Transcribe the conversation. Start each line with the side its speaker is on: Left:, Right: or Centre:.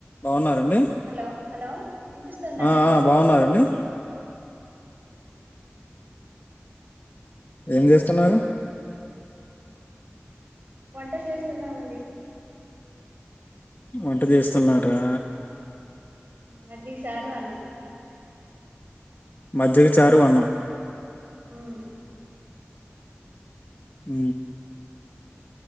Left: బాగున్నారండి
Right: hello hello వినిపిస్తుందా
Left: ఆ
Right: అన్న
Left: ఆ బాగున్నారండి ఏం చేస్తున్నారు
Right: వంట చేస్తున్నామండి
Left: వంట చేస్తున్నారా
Right: మజ్జీకి షారు అన్నాం
Left: మజ్జకి చారు అన్నం
Right: ఉమ్
Left: అ